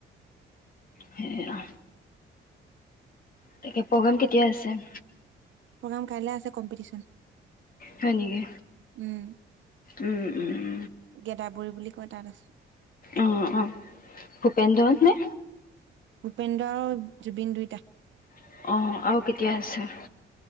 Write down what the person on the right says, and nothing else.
প্ৰগ্ৰাম কাইলৈ আছে, কম্পিটিশন।
উম।
গেদাবৰী বুলি কয় তাত আছো।
ভূপেন্দ্ৰ আৰু জুবিন দুইটা।